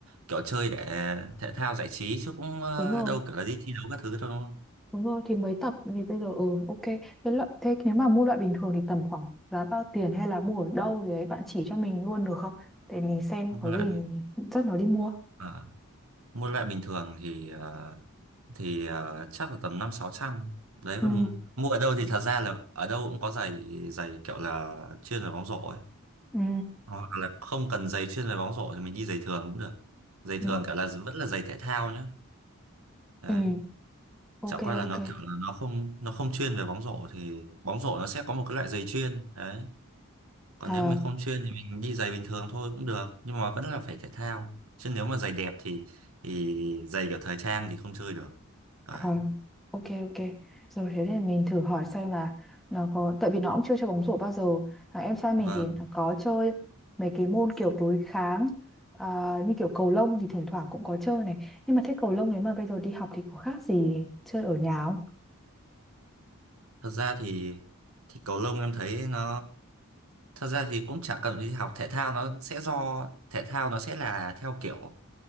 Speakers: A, on the right; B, in the centre.
A: kiểu chơi để thể thao giải trí chứ cũng ờ,
B: đúng rồi.
A: đâu kiểu là đi thi đấu các thứ đâu đúng không?
B: Đúng rồi, thì mấy tập thì bây giờ ừ ok. Thế, lợi, thế nếu mà mua loại bình thường thì tầm khoảng giá bao tiền hay là mua ở đâu thì ấy bạn chỉ cho mình luôn được không? Để mình xem
A: mua
B: có
A: loại
B: gì
A: bình-
B: dắt nó đi mua.
A: ờ, mua loại bình thường thì ờ, thì ờ, chắc là tầm năm sáu trăm đấy
B: ừ
A: còn mua ở đâu thì thật ra là ở đâu cũng có giày giày kiểu là chuyên về bóng rổ ấy
B: ừ
A: hoặc là không cần giày chuyên về bóng rổ thì mình đi giày thường cũng được giày
B: Ừ.
A: thường kiểu là vẫn là giày thể thao nhá đấy
B: ừ Ok
A: chẳng qua là
B: ok.
A: nó kiểu là nó không nó không chuyên về bóng rổ thì bóng rổ nó sẽ có một cái loại giày chuyên đấy còn
B: Ờ,
A: nếu mình không chuyên thì mình đi giày bình thường thôi cũng được nhưng mà vẫn là phải thể thao chứ nếu mà giày đẹp thì thì giày kiểu thời trang thì không chơi được đấy
B: Ờ, ok ok rồi thế thì mình thử hỏi xem là nó có tại vì nó cũng chưa chơi bóng rổ bao giờ thằng em trai mình
A: vâng
B: thì nó có chơi mấy cái môn kiểu đối kháng à, như kiểu cầu lông thì thỉnh thoảng cũng có chơi này nhưng mà thế cầu lông nếu mà bây giờ đi học thì có khác gì chơi ở nhà không
A: thật ra thì thì cầu lông em thấy nó thật ra thì cũng chả cần đi học thể thao nó sẽ do thể thao nó sẽ là theo kiểu